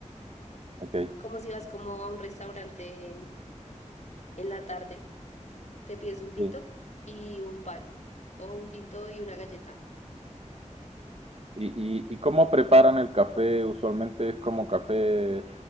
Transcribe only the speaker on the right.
Ok,
sí.
¿Y, y, y cómo preparan el café? Usualmente es como café,